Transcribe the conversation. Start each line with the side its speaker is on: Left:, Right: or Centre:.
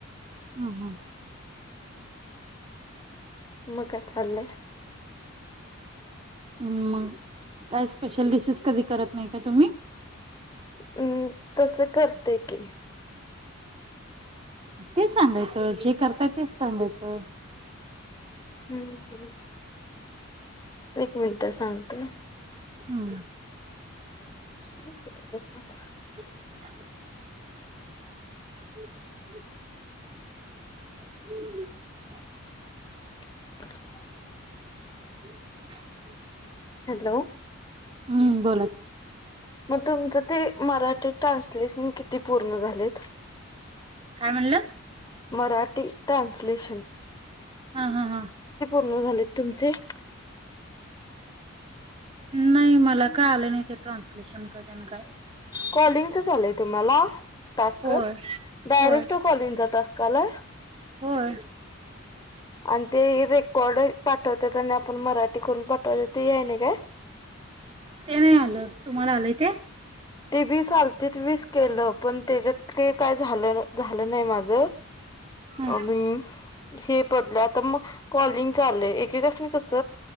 Right: हम्म हम्म.
Left: मग काय चाललंय.
Right: हम्म काय स्पेशल डिशेस कधी करत नाही का तुम्ही.
Left: हम्म तसं करते की.
Right: ते सांगायचं जे करताय तेच सांगायचं.
Left: हम्म हम्म एक मिनिट सांगतेय.
Right: हम्म.
Left: <unintelligible>
Right: <unintelligible> <unintelligible>
Left: <inaudible>
Right: <unintelligible>
Left: हॅलो.
Right: हम्म बोला कि.
Left: मग तुमचं ते मराठी ट्रान्सलेशन किती पूर्ण झालेत.
Right: काय म्हणलं?
Left: मराठी ट्रान्सलेशन.
Right: हा हा हा.
Left: हो झालेत तुमचे.
Right: नाही मला काय आलं नाही ते ट्रान्सलेशन तेन काय.
Left: कॉलिंगच च आलंय तुम्हाला. टास्क
Right: होय
Left: डायरेक्ट
Right: होय
Left: कॉलिंगचा टास्क आलाय.
Right: होय
Left: आणि ते रेकॉर्ड पाठवत्यात आणि आ आपण मराठी करून पाठवलं ते या नाही काय.
Right: ते नाही आलं तुम्हाला आलंय काय.
Left: ती वीस आलतीत वीस केलं पण त्याच्यात का काय झालं झालं नाही माझ.
Right: ह
Left: आणि हे पडलं आता मग. कॉलिंग चालय एकेकासानी कस.